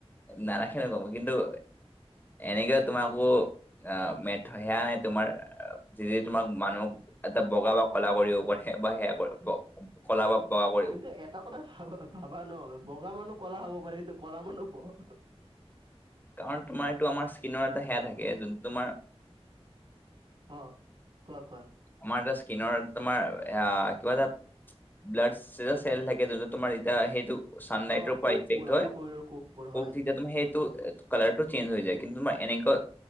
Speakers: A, on the left; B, on the right.
A: নাৰাখিনে ক'ব কিন্তু এনেকে তোমাৰকো আ মেথয়া সেয়া নে তোমাৰ যিযিত তোমাক মানুহক এটা বগা বা ক'লা কৰিব পাৰে বা সেয়া কৰ ব কলা বা বগা কৰি
B: কিন্তু এটা কথা ভা ভাবা ন, বগা মানুহ কলা হ'ব পাৰে কিন্তু কলা মানুহ ব-
A: কাৰণ তোমাৰ এইটো আমাৰ স্ত্ৰিণৰ এটা সেয়া থাকে যোনটো তোমাৰ
B: অ কোৱা কোৱা?
A: আমাৰ এটা স্কিনৰ তোমাৰ সেয়া কিবা এটা ব্লাড চে চেল থাকে যোনটো তোমাৰ এতিয়া সেইটো ছানলাইটৰ
B: অ
A: পৰা
B: কোষবোৰ
A: ইফেক্ট
B: আমাৰ
A: হয়,
B: শৰীৰৰ কোষবোৰ হয়
A: ওক তেতিয়া তুমি সেইটো কালাৰটো চেঞ্জ হৈ যায় কিন্তু তোমাৰ এনেকুৱা